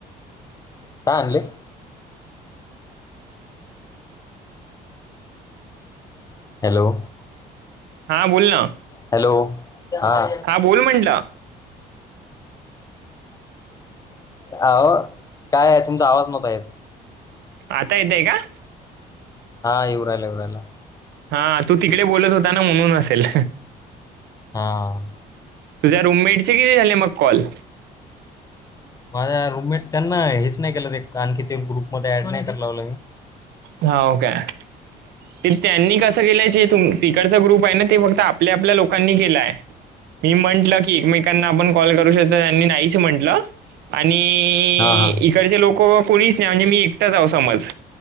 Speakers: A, on the left; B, on the right.
A: काय आणलय? हॅलो.
B: हा बोल ना
A: हॅलो हा.
B: बोल म्हंटलं
A: अ काय आहे तुमचा आवाज नव्हता येत.
B: आता येतंय का?
A: हा इवरायला इवराला.
B: हा तू तिकडे बोलत होता ना म्हणून असेल.
A: हा.
B: तुझ्या रूममेट चे किती झाले मग कॉल?
A: माझ्या रूममेट त्यांना हेच नाही केलं ते आणखी ते ग्रुपमध्येध्ये ऍड नाही कर लावलं मी.
B: हाव काय ते त्यांनी कसं केलायच तुम तिकडचा ग्रुप आहे ना ते फक्त आपल्या आपल्या लोकांनी केलाय. मी म्हटलं की एकमेकांना आपण कॉल करू शकतो त्यांनी नाहीच म्हंटलं. आणि
A: हा हा
B: इकडचे लोक कोणीच नाही म्हणजे मी एकटाच हाव समज.